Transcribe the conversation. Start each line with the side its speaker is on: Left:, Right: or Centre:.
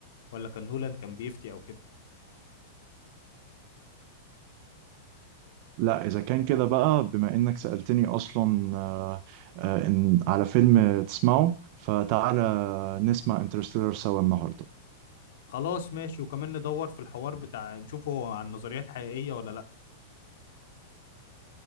Left: ولا كان نولان كان بيفتي او كده
Right: لا اذا كان كده بقى بما انك سألتني اصلا آه آه إن على فيلم تسمعه فتعالى نسمع انترستيلر سوا النهاردة
Left: خلاص ماشي وكمان ندور في الحوار بتاع نشوف هو عن نظريات حقيقية ولا لا